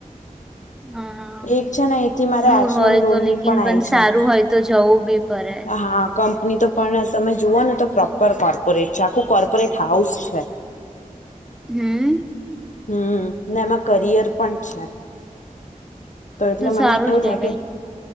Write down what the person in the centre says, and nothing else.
હા હા
દૂર
હોય
તો લેકિન
સારું
હોય તો જવું બી પડે.
હમ
સારું
જ કેવાય.